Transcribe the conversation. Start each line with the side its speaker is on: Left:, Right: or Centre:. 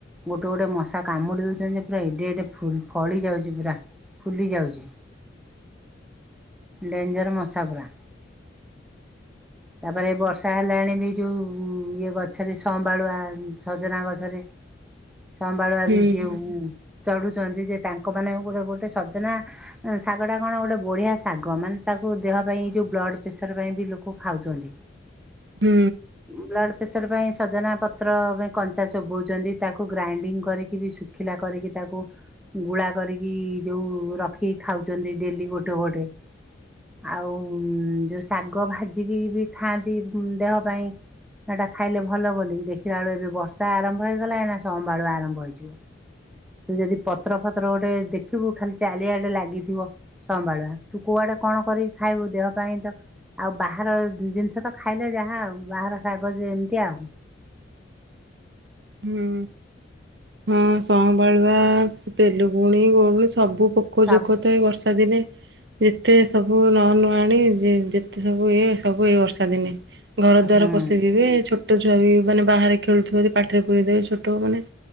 Centre: ଗୋଟେ ଗୋଟେ ମଶା କାମୁଡ଼ି ଦେଉଚନ୍ତି ଯେ ପୁରା ଏଡେ ଏଡ଼େ ଫୁଲ ଫଳି ଯାଉଚି ପୁରା ଫୁଲି ଯାଉଚି। ଡେଞ୍ଜର ମଶା ପୁରା। ତାପରେ ଏଇ ବର୍ଷା ହେଲାଣି ବି ଯେଉ ଇଏ ଗଛରେ ସବାଳୁଆ ସଜନା ଗଛରେ ସବାଳୁଆ
Right: ହୁଁ ହୁଁ
Centre: ବି ସିଏ ଚଢୁଚନ୍ତି ଯେ ତାଙ୍କ ମାନେ ଗୋଟେ ଗୋଟେ ସଜନା ଶାଗ ଟା କଣ ଗୋଟେ ବଢିଆ ଶାଗ। ମାନେ ତାକୁ ଦେହ ପାଇଁ ଯୋଉ ବ୍ଲଡ଼ ପ୍ରେସର ପାଇଁ ବି ଲୋକ ଖାଉଚନ୍ତି।
Right: ହୁଁ।
Centre: ବ୍ଲଡ଼୍ ପ୍ରେସର ପାଇଁ ସଜନା ପତ୍ର ପେଇଁ କଞ୍ଚା ଚୋବଉଚନ୍ତି। ତାକୁ ଗ୍ରାଇଣ୍ଡିଙ୍ଗ୍ କରିକି ବି ସୁ ଖିଲା କରିକି ତାକୁ ଗୁଳା କରିକି ଯଉ ରଖିକି ଖାଉଚନ୍ତି ଡେଲି ଗୋଟେ ଗୋଟେ। ଆଉ ଯଉ ଶାଗ ଭାଜିକି ବି ଖାଆନ୍ତି ଉଁ -ଦେହ ପାଇଁ। ସେଟା ଖାଇଲେ ଭଲ ବୋଲି ଦେଖିଲା ବେଳକୁ ଏବେ ବର୍ଷା ଆରମ୍ଭ ହେଇଗଲା ଏଇନା ସଁବାଳୁଆ ଆରମ୍ଭ ହେଇଯିବ। ତୁ ଯଦି ପତ୍ର ଫତ୍ର ଗୋଟେ ଦେଖିବୁ ଖାଲି ଚାଲିଆଡେ ଲାଗିଥିବ ସଁବାଳୁଆ। ତୁ କୁଆଡେ କଣ କରିକି ଖାଇବୁ ଦେହ ପାଇଁ ତ ଆଉ ବାହାର ଜିନିଷ ତ ଖାଇଲେ ଯାହା ଆଉ ବାହାର ଶାଗ ଯେମିତି ଆଉ।
Right: ହୁଁ ହଁ ସଁବାଳୁଆ, ତେଲୁଗୁଣି, ଗଉଡୁଣି ସବୁ ପୋ କଜୋକ
Centre: ସାବ
Right: ତ ଏଇ ବର୍ଷା ଦିନେ ଯେତେ ସବୁ ନ ନୁଆଣି ଯେତେ ସବୁ ଇଏ ସବୁ ଏଇ ବର୍ଷା ଦିନେ। ଘର ଦ୍ୱାର
Centre: ହୁଁ
Right: ପଶିଯିବେ ଛୋଟ ଛୁଆ ବି ମାନେ ବାହାରେ ଖେଳୁଥିବେ ଯଦି ପା ପାଟିରେ ପୁରେଇ ଦେବେ ଛୋଟ ମାନେ